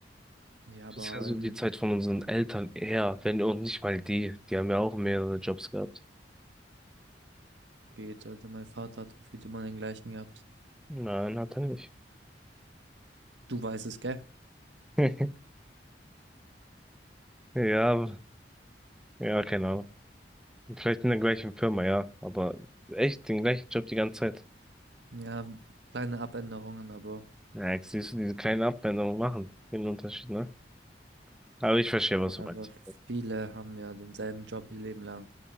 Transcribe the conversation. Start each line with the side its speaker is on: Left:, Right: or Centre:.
Right: Ja, aber
Centre: Das ist ja so
Right: ähm,
Centre: die Zeit von unseren Eltern eher, wenn auch nicht mal die. Die haben ja auch mehrere Jobs gehabt.
Right: Geht, also mein Vater hat gefühlt immer den gleichen gehabt.
Centre: Nein, hat er nicht.
Right: Du weißt es, gell?
Centre: <laughs> Ja, ja, keine Ahnung. Vielleicht in der gleichen Firma, ja. Aber echt den gleichen Job die ganze Zeit.
Right: Ja, kleine Abänderungen, aber,
Centre: Ja, jetzt siehst du, diese kleinen Abwendungen machen den Unterschied, ne? Aber ich verstehe, was du
Right: aber
Centre: meinst.
Right: viele haben ja denselben Job ihr Leben lang.